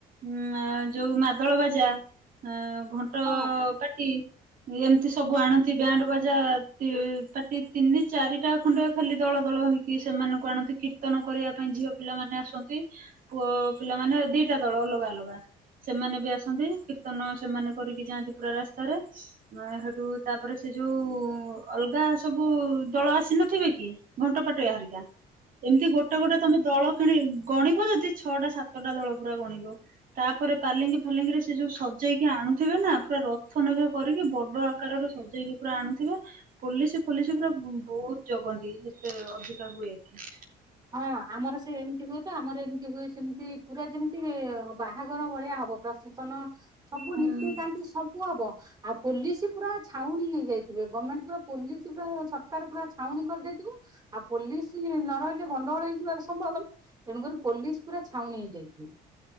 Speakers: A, on the right; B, on the right.
A: ଉ ଯୋଉ ମାଦଳ ବାଜା ହ ଘଣ୍ଟ
B: ହଁ
A: ପାଟି ଟି ଏମିତି ସବୁ ଆଣନ୍ତି ବ୍ୟାଣ୍ଡ ବାଜା ତି ପାଟି ତିନି ଚାରି ଟା ଖଣ୍ଡେ ଖାଲି ଦଳ ଦଳ ହେଇକି ସେମାନଙ୍କୁ ଆଣନ୍ତି କୀର୍ତ୍ତନ କରିବା ପାଇଁ ଝିଅ ପିଲାମାନେ ଆସନ୍ତି। ପୁଅ ପିଲା ମାନେ ଦିଟା ଦଳ ଅଲଗା ଅଲଗା। ସେମାନେ ବି ଆସନ୍ତି କୀର୍ତ୍ତନ ସେମାନେ କରିକି ଯାଆନ୍ତି ପୁରା ରାସ୍ତାରେ। ମ ହେଠୁ ତାପରେ ସେ ଯୋଉ ଅଲଗା ସବୁ ଦଳ ଆସ ନଥିବେ କି ଘଣ୍ଟପାଟୁଆ ହାରିକା ଏମିତି ଗୋଟେ ଗୋଟେ ତମେ ଦଳ କିଣି ଗଣିବ ଯଦି ଛଅଟା ସାତଟା ଦଳ ପୁରା ଗଣିବ। ତାପରେ ପାଲିଙ୍ଗି ଫାଲିଙ୍ଗିରେ ସେ ଯୋଉ ସଜେଇକି ଆଣୁଥିବେ ନା ପୁରା ରଥ ନଖ କରିକି ବଡ ଆକାରରେ ସଜେଇକି ପୁରା ଆଣୁଥିବେ ପୋଲିସ ପୋଲିସ ପୁରା ବହୁତ ଜଗନ୍ତି ଏତେ ଅଧିକା ହୁଏ ଏଠି।
B: ହଁ ଆମର ସେ ଏମିତି ହୁଏ ତ ଆମର ଏମିତି ହୁଏ ସେମତି ପୁରା ଯେମିତି ବାହାଘର ଭଳିଆ ହବ। ପ୍ରଶେସନ ସବୁ
A: ହୁଁ।
B: ନୀତିକାନ୍ତି ସବୁ ହବ। ଆଉ ପୋଲିସ ପୁରା ଛାଉଣୀ ହେଇଯାଇଥିବେ ଗମେଣ୍ଟ ପୁରା ପୋଲିସ ପୁରା ସ ରକାର ପୁରା ଛାଉଣୀ କରିଦେଇଥିବ ଆଉ ପୋଲିସ ନ ରହିଲେ ଗଣ୍ଡଗୋଳ ହେଇଯିବାର ସମ୍ଭବନା ତେଣୁକରି ପୋଲିସ ପୁରା ଛାଉଣୀ ହେଇଯାଇଥିବେ।